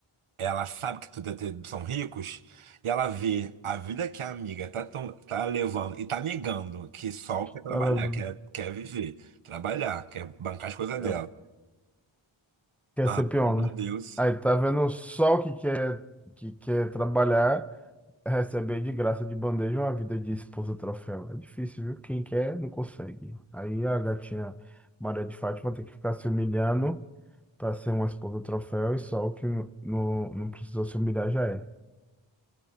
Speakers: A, on the right; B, in the centre.
A: Ela sabe que tudo é- são ricos e ela vê a vida que a amiga tá, tão- tá levando e tá negando que só quer trabalhar,
B: Tá levando.
A: quer, quer viver, trabalhar, quer bancar as coisas
B: é,
A: dela.
B: Quer
A: Ah,
B: ser peão,
A: pelo amor
B: né?
A: de Deus.
B: Aí tá vendo só o que quer, que quer trabalhar, receber de graça de bandeja uma vida de esposa troféu. É difícil, viu? Quem quer, não consegue. Aí a gatinha Maria de Fátima tem que ficar se humilhando. para ser uma esposa troféu e só o que não, não não precisou se humilhar já é.